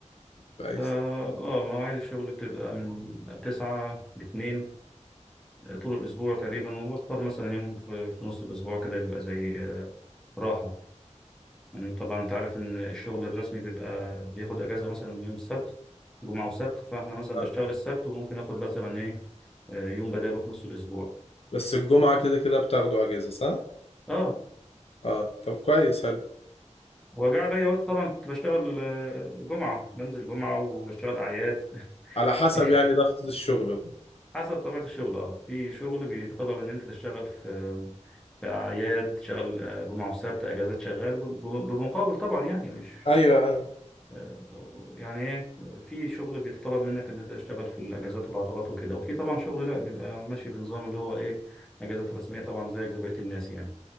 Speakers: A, on the left; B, in the centre.
A: كويس
B: فا اه مواعيد الشغل بتبقى من 9 ل 2 طول الأسبوع تقريبا وبختار مثلا يوم في, في نص الأسبوع كده بيبقى زي راحة يعني طبعا أنت عارف إن الشغل الرسمي بيبقى بياخد أجازة مثلا يوم السبت جمعة وسبت فإحنا مثلا
A: آه.
B: بشتغل السبت وممكن آخد مثلا إيه آه، يوم بداله في نص الأسبوع
A: بس الجمعة كده كده بتاخدوا اجازة صح؟
B: أه
A: اه طب كويس حلو
B: وجاء عليا وقت طبعا كنت بشتغل آه، جمعة بنزل جمعة وبشتغل أعياد <laughs>
A: على حسب يعني ضغط الشغل بقى.
B: حسب طبيعة الشغل اه في شغل بيتطلب ان انت تشتغل في في اعياد تشتغل آه، جمعة وسبت اجازات شغال ب- ب- بمقابل طبعا يعني مش
A: ايوه انا
B: آه، يعني ايه في شغل بيتطلب منك ان انت تشتغل في الاجازات والعطلات وكده وفي طبعا شغل لا بيبقى ماشي بنظام اللي هو ايه اجازات رسميه طبعا زيك زي بقيه الناس يعني